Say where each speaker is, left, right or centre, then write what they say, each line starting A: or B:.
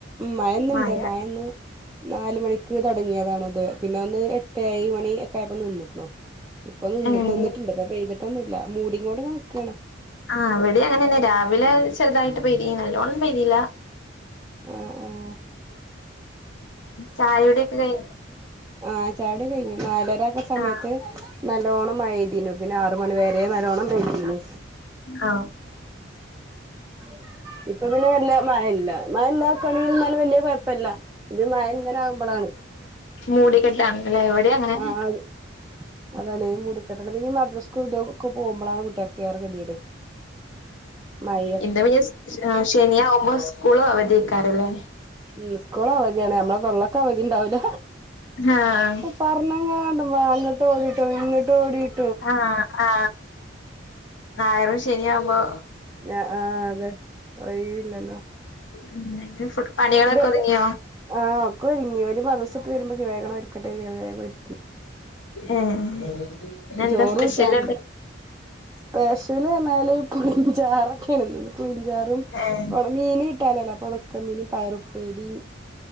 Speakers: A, on the right (about 15°); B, on the left (about 75°).
A: മഴന്നുണ്ട്
B: മഴ
A: മഴന്ന് നാല് മണിക്ക് തുടങ്ങിയതാണ് ഇത് പിന്നെ ഒന്ന് എട്ട് ഴ മണി ഏട്ടു ആയപ്പോ നിന്നു ഇപ്പൊ നിന്ന്
B: ഏഹ്
A: നിന്നിട്ടുണ്ട് ഇപ്പൊ പെയ്തിട്ടൊന്നുംല്ല മൂടിങ്ങോട് നിൽക്കയാണ്
B: ആ ഇവിടെ അങ്ങനെന്നെ രാവിലെ ചെറുതായി നല്ലോണം പെയ്തില്ല
A: ആഹ് ആഹ്
B: ചായകുടിക്കെ കഴി
A: ആ ചായകുടി കഴിഞ്ഞു നാല ഇതക്ക സമയത്ത്
B: ആഹ്
A: നല്ലോണം മഴ പെയ്തരുന്നു പിന്നെ ആറ് മണി വരെ നല്ലോണം പെയ്തിർന്നു
B: ആ
A: <unintelligible> ഇപ്പൊ പിന്നെ വല്യ മഴ ഇല്ല മഴ ഇല്ലാക്കുകയാണെങ്കിൽ എന്നാലും വലിയ കുഴപ്പമില്ല ഇത് മഴ ഇങ്ങനെ ആകുമ്പോഴാണ്
B: മൂടിക്കെട്ടാണ്ല്ലേ ഇവിടെ അങ്ങനെ
A: ആഹ് അതാണ് ഇ മൂടി ക്കെട്ട് പിന്നെ മദ്രസ് ഒക്കെ പോകുമ്പോളാണ് കുട്ടികക്ക് ഗതികേട് മഴ
B: ഇത് പിന്നെ ശനിയാവുമ്പോ സ്കൂളോ അവധി വെയ്ക്കാറില്ലേ
A: ഉം സ്കൂൾ അവധിയാണ് മ്മളെ കൊല്ലത്തു അവധി ഉണ്ടാവൂല
B: ആഹ്
A: പറഞ്ഞങ്ങണ്ട വാ അങ്ങോട്ട് ഓടിട്ടോ ഇങ്ങോട്ട് ഓടിട്ടോ
B: ആ ആ ഞായറും ശനിയും ആവുമ്പോ
A: ആ ആ അതെ ഒഴവില്ലല്ലോ
B: ഉം അങ്ങനെ ഫുഡ് പണികളൊക്കെ
A: ഒരു
B: ഒതുങ്ങിയോ
A: ആഹ് ഒക്കെ ഒരുങ്ങി ഒരു മ വരുമ്പോക്ക് വേഗോ ഒരുരിക്കട്ടെ നി വഗം
B: ആഹ എന്താ
A: ചോറൂറ്റാണ്ട്
B: സ്പെഷ്യൽ
A: സ്പെഷ്യല് എന്നാല പുളിചാറൊക്കെ ഇണന്ന് കുഞ്ചാറും
B: ഏഹ്
A: മീന് കിട്ടാലല്ലോ ഓണക്ക മീനും പയറുപ്പേരി